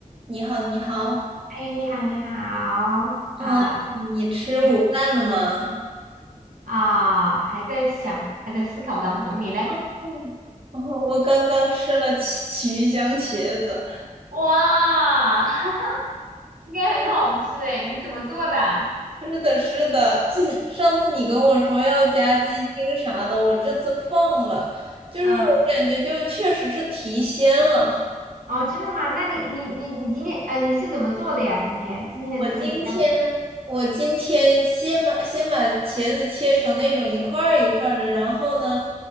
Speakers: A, on the right; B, on the right.
A: 你好，你好，
B: 哎，你好，你好啊，
A: 嗯，你吃午饭了吗？
B: 有啊，还在想，还在思考当中，你嘞？
A: 嗯，<laughs> 哦我刚刚吃了奇奇鱼香茄子。
B: 哇，<laughs> 应该很好吃哎，你怎么做的？
A: 是的，是的，<clears throat> 上次你跟我说要加鸡精啥的，我这次放了，就是我感觉就确实是提鲜了。
B: 嗯，哦，真的吗？那你你你你今天啊，呃你是怎么做的呀？今天今天的这个鱼干水的
A: 我今天我今天先把先把茄子切成那种一块儿一块儿的，然后呢，